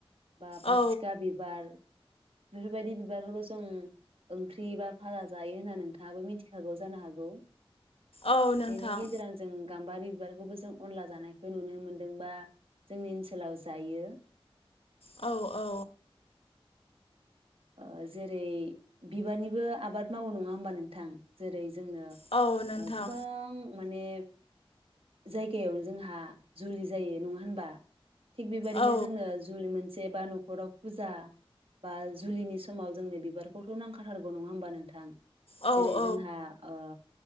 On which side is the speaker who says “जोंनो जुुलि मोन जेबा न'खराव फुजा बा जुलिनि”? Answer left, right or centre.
Right